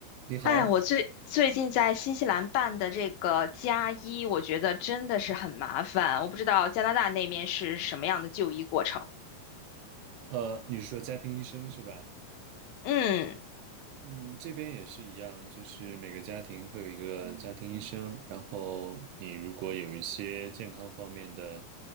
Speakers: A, on the right; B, on the left.
A: 你好，
B: 哎，我最最近在新西兰办的这个加一，我觉得真的是很麻烦。我不知道加拿大那边是什么样的就医过程。
A: 呃，你是说家庭医生是吧？
B: 嗯，
A: 嗯，这边也是一样，就是每个家庭会有一个家庭医生，然后你如果有一些健康方面的